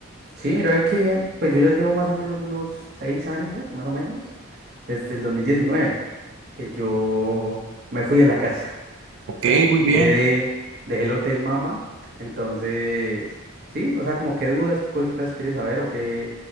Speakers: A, on the right (about 45°); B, on the right (about 60°).
A: sí, mira, es que pues yo ya llevo más o menos unos seis años, más o menos, desde el 2019, que yo me fui de la casa, <laughs>
B: Ok,
A: o sea,
B: muy
A: dejé
B: bien.
A: de, dejé el hotel Mama, entonces, sí, o sea, como qué dudas, qué cositas quieres saber o qué